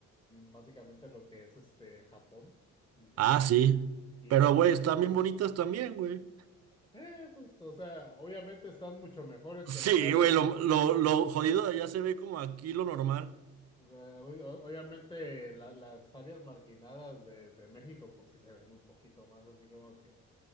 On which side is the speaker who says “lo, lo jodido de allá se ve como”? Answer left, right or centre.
Right